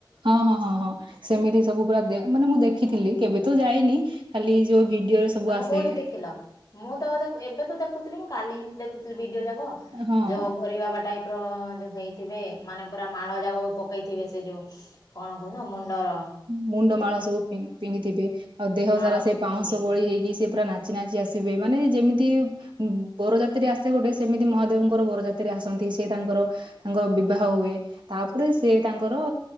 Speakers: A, on the right (about 75°); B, on the left (about 45°).
A: ହଁ ହଁ ହଁ ହଁ ସେମିତି ସବୁ ପୁରା ଦେ ମାନେ ମୁଁ ଦେଖିଥିଲି କେବେ ତ ଯାଇନି। ଖାଲି
B: ହଁ
A: ଯଉ ଭିଡିଓ
B: ହଁ
A: ରେ ସବୁ
B: ତମେ
A: ଆସେ
B: କୋଉଠି ଦେଖିଲ। ମୁଁ ତ ତ ଏବେ ତ ଦେଖୁଥିଲି ମୁଁ କାଲି ହିଁ ଦେଖୁଥିଲି ଭିଡିଓ ଯାକ
A: ହଁ
B: ଯୋଉ ଅଘରି ବାବା ଟାଇପ ପ୍ର ଯୋଉ ହେଇଥିବେ ମାନେ ପୁରା ମାଳ ଯାଗକୁ ପକେଇଥିବେ ସେ ଯେଉ କଣ କୁହନ୍ତି ତାକୁ ମନ୍ଦାର।
A: ହୁଁ ମୁଣ୍ଡମାଳ ସବୁ ପିନ୍ଦ୍ ପିନ୍ଧିଥିବେ ଆଉ ଦେହ
B: ମାଳ
A: ସାରା ସେ
B: ପିନ୍ଧିଥିବେ
A: ପାଉଁଶ ବୋଳି ହେଇକି ସିଏ ପୁରା ନାଚି ନାଚି ଆସିବେ ମାନେ ଯେମିତି ଉଁ ବରଯାତ୍ରି ଆସେ ଗୋଟେ ସେମିତି ମହାଦେବଙ୍କର ବରଯାତ୍ରୀ ଆସନ୍ତି ସିଏ ତାଙ୍କର ତାଙ୍କର ବିବାହ ହୁଏ ତା ପରେ ସିଏ ତାଙ୍କର